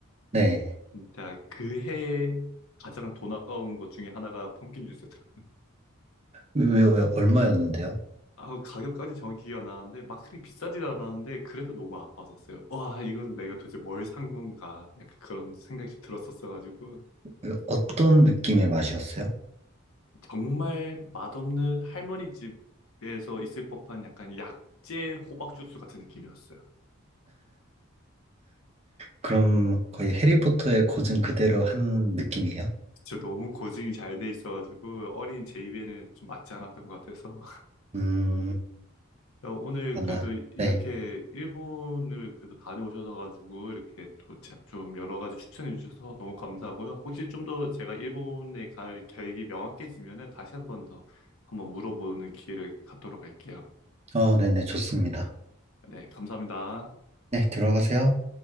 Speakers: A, on the right; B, on the left.
A: 네.
B: 진짜 그 해에 가장 돈 아까운 것 중에 하나가 펌킨 주스였더라고요.
A: 왜, 왜, 얼마였는데요?
B: 아, 가격까지 정확히 기억 안 나는데 막 그리 비싸진 않았는데 그래도 너무 아까웠었어요. 와, 이건 내가 도대체 뭘 산 건가? 약간 그런 생각이 좀 들었었어가지고
A: 왜, 어떤 느낌의 맛이었어요?
B: 정말 맛없는 할머니 집에서 있을 법한 약간 약재 호박 주스 같은 느낌이었어요.
A: 그럼 거의 해리포터의 고증 그대로 한 느낌이에요?
B: 진짜 너무 고증이 잘 돼 있어가지고 어린 제 입에는 좀 맞지 않았던 것 같아서 <laughs>
A: 음,
B: 야, 오늘
A: 아,
B: 그래도
A: 나,
B: 이렇게
A: 네.
B: 일본을 그래도 다녀오셔서 가지고 이렇게 또 좀 여러 가지 추천해 주셔서 너무 감사하고요. 혹시 좀 더 제가 일본에 갈 계획이 명확해지면은 다시 한 번 더 한번 물어보는 기회를 갖도록 할게요.
A: 어, 네네, 좋습니다.
B: 네, 감사합니다.
A: 네, 들어가세요.